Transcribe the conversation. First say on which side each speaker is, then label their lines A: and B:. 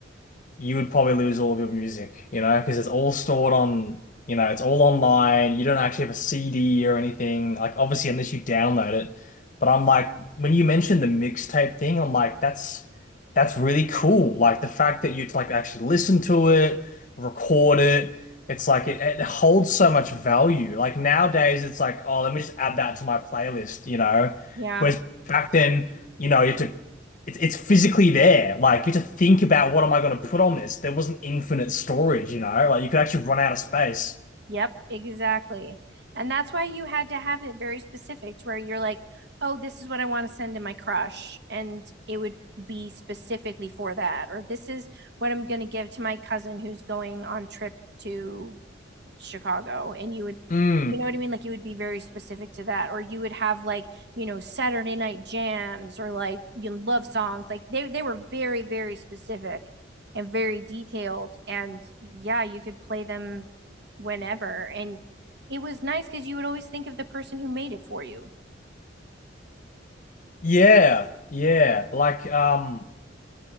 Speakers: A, on the left (about 40°); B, on the right (about 60°).
A: you would probably lose all of your music, you know, because it's all stored on, you know, it's all online. You don't actually have a CD or anything. Like, obviously, unless you download it. But I'm like, when you mentioned the mixtape thing, I'm like, that's that's really cool. Like the fact that you'd like actually listen to it, record it. It's like it, it holds so much value. Like nowadays, it's like, oh, let me just add that to my playlist, you know.
B: Yeah.
A: Whereas back then, you know, you had to it's it's physically there. Like you have to think about what am I going to put on this. There wasn't infinite storage, you know. Like you could actually run out of space.
B: Yep. Exactly. And that's why you had to have it very specific to where you're like, oh, this is what I want to send to my crush. And it would be specifically for that. Or this is what I'm going to give to my cousin who's going on trip to Chicago and you would
A: Mm,
B: you know what I mean? Like you would be very specific to that, or you would have like you know Saturday night jams or like you know, love songs. Like they they were very very specific and very detailed, and yeah, you could play them whenever, and it was nice because you would always think of the person who made it for you.
A: yeah, yeah. Like um,